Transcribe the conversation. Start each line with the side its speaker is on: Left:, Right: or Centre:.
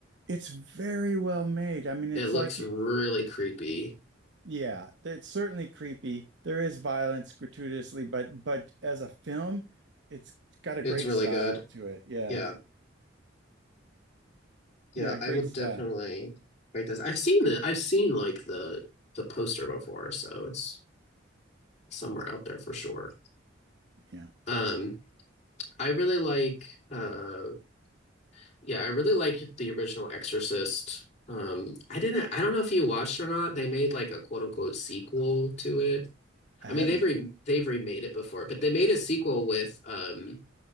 Right: it's very well made. I mean, it's
Left: It looks
Right: like
Left: really creepy.
Right: yeah, it's certainly creepy. There is violence gratuitously, but but as a film, it's got a
Left: It's
Right: great
Left: really
Right: style
Left: good.
Right: to it. Yeah.
Left: Yeah, yeah,
Right: Yeah, great
Left: I will definitely
Right: style.
Left: write this. I've seen the I've seen like the the poster before, so it's somewhere out there for sure.
Right: Yeah.
Left: Um, I really like uh yeah, I really like the original Exorcist. Um, I didn't I don't know if you watched or not. They made like a quote unquote sequel to it.
Right: I
Left: I
Right: haven't.
Left: mean, they've re- they've remade it before, but they made a sequel with um